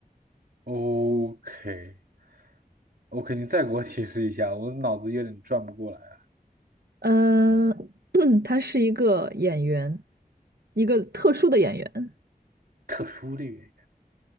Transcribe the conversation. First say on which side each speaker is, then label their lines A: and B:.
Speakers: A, on the right; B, on the right.
A: ，OK OK，你再给我提示一下，我脑子有点转不过来了。
B: 嗯，<clears throat> 他是一个演员，一个特殊的演员，
A: 特殊的原因，